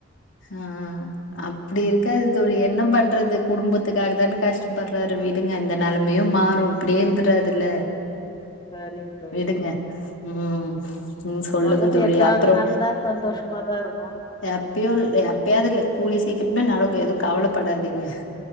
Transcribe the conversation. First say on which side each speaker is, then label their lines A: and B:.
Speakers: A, on the left (about 75°); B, on the left (about 25°).
A: ஆ அப்டி இருக்காது தோழி என்ன பண்றது குடும்பத்துக்காக தானே கஷ்டப்படுறாரு வி டுங்க இந்த நெலமயு மாறும் இப்டியே இருந்தராது இல்ல
B: சரிங்க தோழி
A: விடுங்க ம் ம்
B: நீங்க
A: சொல்லுங்க
B: சொல்றது
A: தோழி
B: எப்பயாவது
A: அப்றோ
B: நடந்தா சந்தோஷமாதா இருக்கு
A: ‌எப் இ எப்பயாது இல்ல கூடிய சீக்கிரமே நடக்கு எதுவு கவலப்படாதிங்க